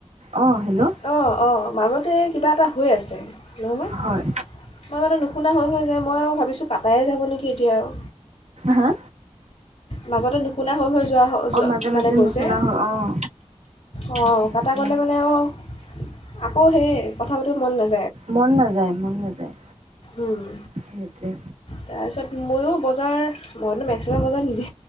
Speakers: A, on the right (about 85°); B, on the left (about 75°).
A: অঁ হেল্ল'
B: অহ ',- অহ ', মাজতে কিবা এটা হৈ আছে। <unintelligible>
A: হয়
B: শুনা হৈ - হৈ যায় মই আৰু ভাবিছো কাটায়ে যাব নেকি এতিয়া আৰু।
A: হাহ।
B: মাজতে নুশুনা হৈ- হৈ যোৱা
A: মাজে
B: মানে
A: মাজে
B: যোৱা গৈছে
A: নুশুনা হ'ল অঁ
B: অহ
A: সেইটোৱে
B: ', কটা গ'লে মানে অহ ', আকৌ সেই কথা পাতিব মন নাযায়।
A: মন নাযায় - মন নাযায়।
B: উম,
A: সেইটোৱে
B: তাৰপিছত ময়ো বজাৰ। মইতো মেক্সিমাম বজাৰ নিজে